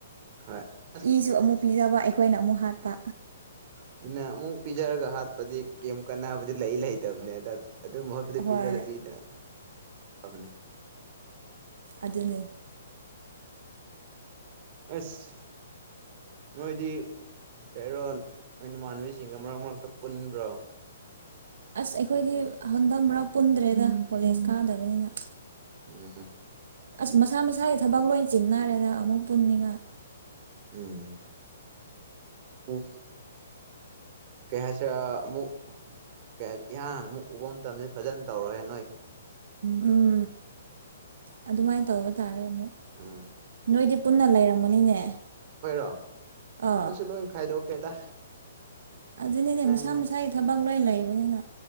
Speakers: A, on the right; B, on the right.
A: ꯍꯣꯏ ꯑꯁ
B: ꯏꯁꯨ ꯑꯃꯨꯛ ꯄꯤꯖꯕ ꯑꯩꯈꯣꯏꯅ ꯑꯃꯨꯛ ꯍꯥꯠꯄ
A: ꯑꯗꯨꯅ ꯑꯃꯨꯛ ꯄꯤꯖꯔꯒ ꯍꯥꯠꯄꯗꯤ ꯀꯩꯝ ꯀꯥꯟꯅꯕꯗꯤ ꯂꯩ ꯂꯩꯇꯕꯅꯦ ꯑꯗ ꯑꯗꯨ ꯃꯍꯨꯠꯇꯗꯤ
B: ꯍꯣꯏ
A: ꯄꯤꯖꯗꯕꯤꯗ ꯐꯕꯅꯦ
B: ꯑꯗꯨꯅꯦ
A: ꯑꯁ ꯅꯣꯏꯗꯤ ꯀꯩꯔꯣꯟ ꯅꯣꯏ ꯅꯃꯥꯟꯅꯕꯤꯁꯤꯡꯒ ꯃꯔꯛ ꯃꯔꯛꯇ ꯄꯨꯟꯕ꯭ꯔꯣ
B: ꯑꯁ ꯑꯩꯈꯣꯏꯗꯤ ꯍꯟꯗꯛ ꯃꯔꯛ ꯄꯨꯟꯗ꯭ꯔꯦꯗ ꯀꯣꯂꯦꯖ ꯀꯥꯗꯕꯅꯤꯅ
A: <unintelligible>
B: ꯑꯁ ꯃꯁꯥ ꯃꯁꯥꯒꯤ ꯊꯕꯛ ꯂꯣꯏ ꯆꯤꯟꯅꯔꯦꯗ ꯑꯃꯨꯛ ꯄꯨꯟꯅꯤꯡꯉꯥꯏ
A: ꯎꯝ ꯎ ꯀꯩ ꯍꯥꯏꯁꯤꯔꯥ ꯑꯃꯨꯛ ꯀ ꯏꯍꯥꯟ ꯍꯥꯟꯅ ꯑꯃꯨꯛ ꯎꯕ ꯃꯇꯝꯗꯗꯤ ꯐꯖꯅ ꯇꯧꯔꯣꯏꯌꯦ
B: ꯎꯝ ꯑꯗꯨꯃꯥꯏꯅ ꯇꯧꯕ ꯇꯥꯔꯦ ꯑꯃꯨꯛ
A: ꯎꯝ
B: ꯅꯣꯏꯗꯤ ꯄꯨꯟꯅ ꯂꯩꯔꯝꯒꯅꯤꯅꯦ
A: ꯑꯩꯈꯣꯏꯔꯣ ꯑꯩꯈꯣꯏꯁꯨ
B: ꯑꯥ
A: ꯂꯣꯏ ꯈꯥꯏꯗꯣꯛꯈ꯭ꯔꯦꯗ
B: ꯑꯗꯨꯅꯤꯅꯦ
A: ꯅꯪꯅ
B: ꯃꯁꯥ ꯃꯁꯥꯒꯤ ꯊꯕꯛ ꯂꯣꯏ ꯂꯩꯕꯅꯤꯅ